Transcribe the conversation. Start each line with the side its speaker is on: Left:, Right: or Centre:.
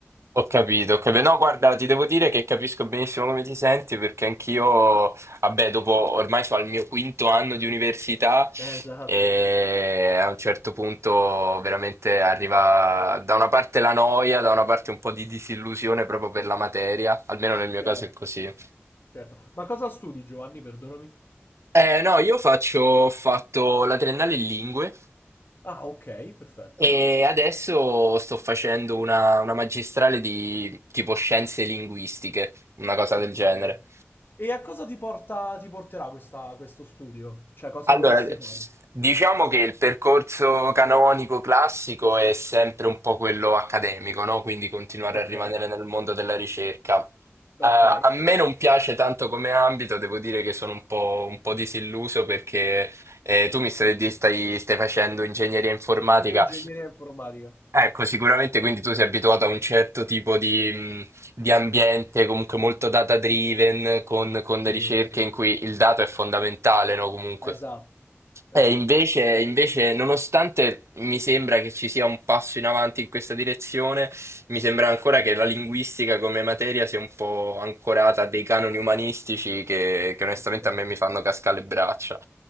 Right: Ho capito, ho capito. No, guarda, ti devo dire che capisco benissimo come ti senti perché anch'io, vabbè, dopo ormai sono al mio quinto anno di università
Left: Eh, Esatto,
Right: e a un certo punto veramente arriva da una parte la noia, da una parte un po' di disillusione proprio per la materia, almeno nel mio
Left: certo,
Right: caso è così.
Left: certo. Ma cosa studi, Giovanni? Perdonami.
Right: Eh, no, io faccio, ho fatto la triennale in lingue
Left: Ah, ok, perfetto.
Right: e adesso sto facendo una una magistrale di tipo scienze linguistiche, una cosa
Left: Ok.
Right: del genere.
Left: E a cosa ti porta, ti porterà questa- questo studio? Cioè, cosa
Right: Allora,
Left: vorresti fare?
Right: diciamo che il percorso canonico classico è sempre un po' quello accademico, no? Quindi continuare
Left: Ok,
Right: a rimanere nel mondo della ricerca. Eh,
Left: ok.
Right: a me non piace tanto come ambito, devo dire che sono un po', un po' disilluso perché eh, tu mi stai, di- stai stai facendo ingegneria informatica.
Left: Io ingegneria informatica.
Right: Ecco, sicuramente quindi tu sei abituato a un certo tipo di, mh, di ambiente comunque molto data driven, con, con
Left: Sì,
Right: ricerche
Left: sì, sì.
Right: in cui il dato è fondamentale, no? Comunque.
Left: Esatto,
Right: Eh,
Left: esatto.
Right: invece, invece, nonostante mi sembra che ci sia un passo in avanti in questa direzione, mi sembra ancora che la linguistica come materia sia un po' ancorata a dei canoni umanistici che, che onestamente
Left: Okay.
Right: a me mi fanno cascare le braccia.